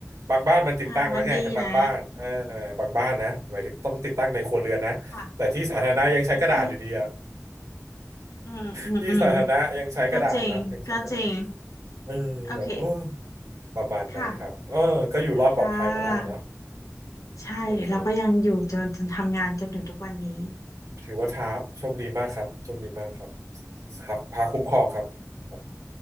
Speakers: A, on the right (about 75°); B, on the left (about 80°).
A: บางบ้านมันติดตั้งแล้วไงบางบ้านเออ
B: อ่ามันดีนะ
A: บางบ้านนะหมายถึงต้องติดตั้งในครัวเรือนนะแต่ที่สาธารณะยังใช้กระดาษอยู่ดีอะ
B: ค่ะโอเคอืมอืมอืม
A: <laughs> ที่สาธารณะยังใช้กระดาษนะยังใช้กระดาษ
B: ก็จริงก็จริง
A: เออแบบโอ้
B: โอเค
A: ประมาณนั้นครับเออก็อยู่รอดปลอดภัยมาได้เนอะ
B: ค่ะ ค่ะ
A: อืมโอเค
B: ใช่เราก็ยังอยู่จนจนทำงานจนถึงทุกวันนี้
A: ถือว่าท้าบโชคดีมากครับโชคดีมากครับครับพาคุ้มครองครับครับ